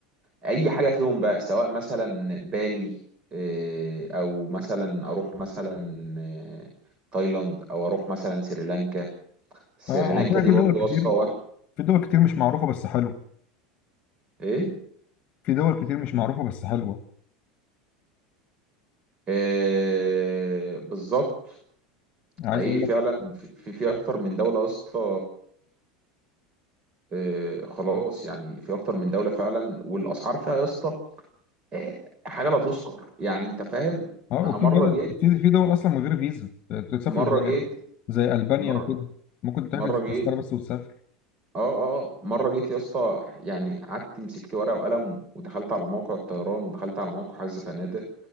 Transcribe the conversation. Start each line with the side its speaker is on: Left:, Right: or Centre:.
Right: اي حاجه فيهم بقى سواء مثلا بالي آه، او مثلا اروح مثلا آه، تايلاند او اروح مثلا سريلانكا سريلانكا
Left: اه على فكرة
Right: دي
Left: في
Right: برضو
Left: دول
Right: يا اسطى
Left: كتير
Right: وهم.
Left: في دول كتير مش معروفة بس حلوة
Right: ايه
Left: في دول كتير مش معروفة بس حلوة
Right: آه بالظبط
Left: يعني
Right: حقيقي
Left: عايز اقول
Right: فعلا
Left: لك
Right: في في في اكتر من دوله يا اسطى آه خلاص يعني في اكتر من دوله فعلا والاسعار فيها يا اسطى آه حاجه لا تذكر يعني انت فاهم
Left: اه
Right: انا
Left: وفي
Right: مره
Left: بلد
Right: جيت
Left: في في دول اصلا من غير فيزا تسافر
Right: مره
Left: زي
Right: جيت
Left: زي البانيا
Right: مره
Left: وكده ممكن تحجز
Right: مره
Left: تذكرة
Right: جيت
Left: بس وتسافر
Right: اه اه مره جيت يا اسطى يعني قعدت مسكت ورقه وقلم ودخلت على موقع الطيران ودخلت على موقع حجز فنادق